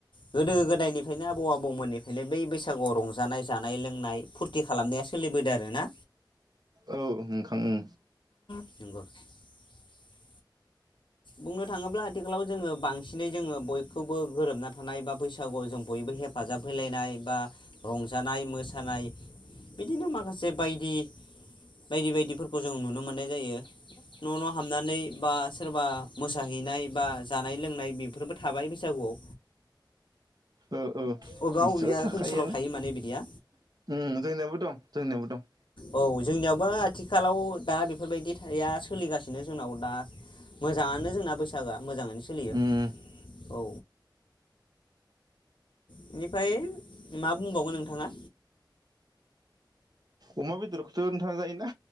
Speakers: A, on the left; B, on the right.
A: गोदो गोदायनिफ्रायनो आबौ आबौमोननिफ्रायनो बै बैसागुआव रंजानाय जानाय लोंनाय फुरथि खालामनाया सोलिबोदों आरोना
B: औ नोंखां उम
A: <inaudible> बुंनो थाङोब्ला आथिखालाव जोङो बांसिनै जोङो बयखौबो गोरोबना थानाय बा बैसागुआव जों बयबो हेफाजाब होलायनाय बा रंजानाय मोसानाय बिदिनो माखासे बायदि बायदि बायदिफोरखौ जों नुनो मोननाय जायो न न हाबनानै बा सोरबा मोसाहैनाय बा जानाय लोंनाय बेफोरबो थाबाय बैसागुआव
B: औ औ
A: अबेबा
B: बिसोर
A: अबेबा
B: थाखायोआनो
A: ओनसोलाव थायो माने बिदिया
B: ओम जोंनियाबो दं जोंनियाबो दं
A: औ जोंनियावबो आथिखालाव दा बेफोरबायदि थाया सोलिगासिनो जोंनाव दा मोजाङानो जोंना बैसागोआ मोजाङैनो सोलियो
B: उम
A: औ बेनिफ्राय मा बुंबावगोन नोंथाङा
B: अमा बेदरखौथ नोथाङा जायो ना